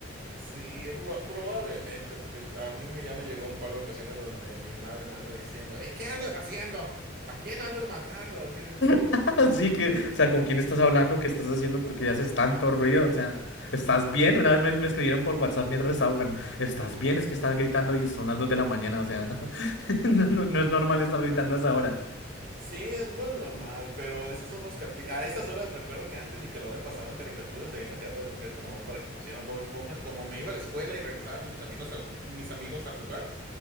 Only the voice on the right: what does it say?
Sí, pro- probablemente, porque est- a mí me, ya me llegó un par de ocasiones donde mi madre me anda diciendo, "Ey, ¿qué andas haciendo? ¿A quién andas matando? ¿Qué-"
Sí, es- no es normal, pero esos son los capi... A esas horas recuerdo que antes Nickelodeon pasaban caricaturas y ahí me quedaba despierto nomás para que pusieran Bob Esponja. Como me iba a la escuela y regresaba con mis amigos a, mis amigos a jugar,